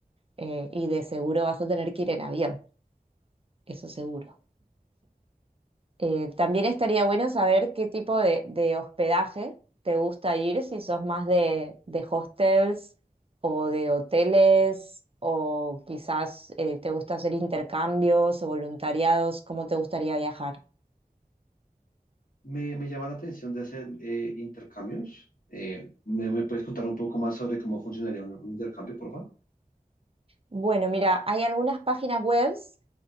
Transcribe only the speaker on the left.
Me, me llama la atención de hacer eh, intercambios. Eh, ¿me, me puedes contar un poco más sobre cómo funcionaría un, un intercambio, por favor?